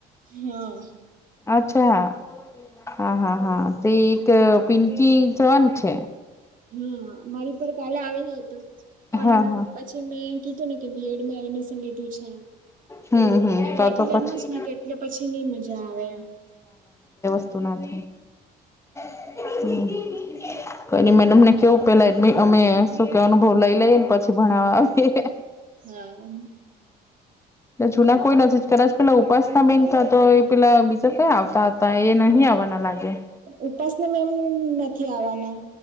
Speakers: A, on the right; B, on the left.
A: હા
B: અચ્છા હા હા હા. તે એક પિંકી જન છે.
A: હા, મારી પર કાલે આવેલો હતો. પણ
B: હા હા
A: પછી મેં કીધું ને કે બીએડ મે એડમિશન લીધું છે
B: હમ હમ તો
A: રેગ્યુલરમાં
B: તો પછી
A: જ લીધું એટલે પછી નઈ મજા આવે એ.
B: તો ના થાય, <unintelligible> હમ.
A: <inaudible>
B: તો એની મેનમ ને કેવું, પેલા એ અમે સુ કે અનુભવ લઈ લઈએ ને પછી ભણાવવા આવીએ.
A: હા.
B: એ જૂના કોઈ નથી કદાચ પેલા ઉપાસના બેનતા તો એ પેલા બીજા કયા આવતાતા? નહીં આવવાના લાગે.
A: ઉપાસના મેમ નથી આવવાના,